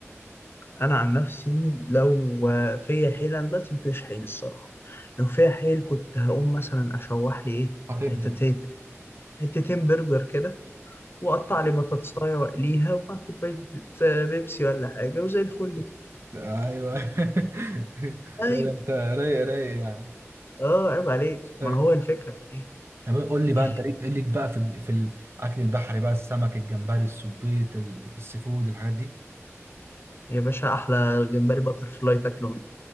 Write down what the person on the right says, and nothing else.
هتبدأ
ايوه <laughs>
لا ده انت رايق رايق يعني
أيوة.
طب قول لي بقى
انت ليك إيه ليك بقى في الج- في الاكل البحري بقى السمك الجمبري السبيط ال- السيفود الحاجات دي